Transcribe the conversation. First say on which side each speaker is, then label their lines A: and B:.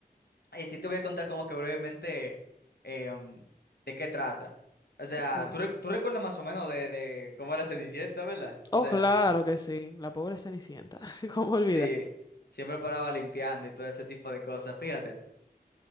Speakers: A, on the left; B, on the left.
A: y sí te voy a contar como que brevemente em, de qué trata. O sea,
B: Ok.
A: tú, rec- tú recuerdas más o menos de, de cómo era Cenicienta, ¿verdad? O
B: Oh,
A: sea...
B: claro que sí, la pobre Cenicienta, <laughs> cómo olvidar.
A: Sí, siempre paraba limpiando y todo ese tipo de cosas. Fíjate,